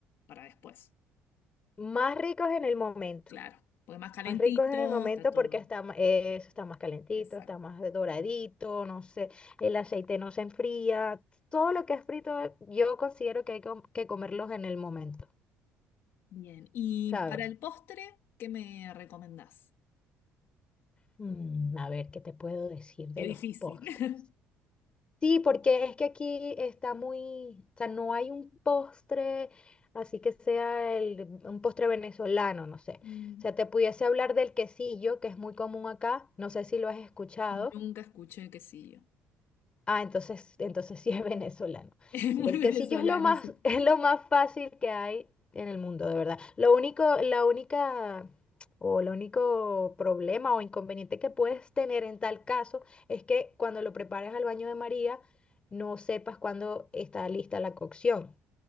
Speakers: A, on the left; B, on the left.
A: para después.
B: Más ricos en el momento,
A: Claro. Porque más calentito
B: más ricos en el momento
A: está todo.
B: porque está, ma- eh, eso está más calentito,
A: Exacto.
B: está más doradito, no sé, el aceite no se enfría, todo lo que es frito yo considero que hay com- que comerlos en el momento,
A: Bien. Y
B: ¿sabes?
A: para el postre, ¿qué me recomendás?
B: Mm, a ver, ¿qué te puedo decir de
A: Qué difícil.
B: los postres?
A: <laughs>
B: Sí, porque es que aquí está muy, o sea, no hay un postre, así que sea el, un postre venezolano, no sé.
A: Mm.
B: O sea, te pudiese hablar del quesillo, que es muy común acá, no sé si lo has escuchado.
A: Nunca escuché quesillo.
B: Ah, entonces, entonces sí es <laughs> venezolano.
A: <laughs> Es muy
B: Mira, el
A: venezolano,
B: quesillo es lo más,
A: sí.
B: <laughs> es lo más fácil que hay en el mundo, de verdad. Lo único, la única o el único problema o inconveniente que puedes tener en tal caso es que cuando lo prepares al baño de María no sepas cuándo está lista la cocción,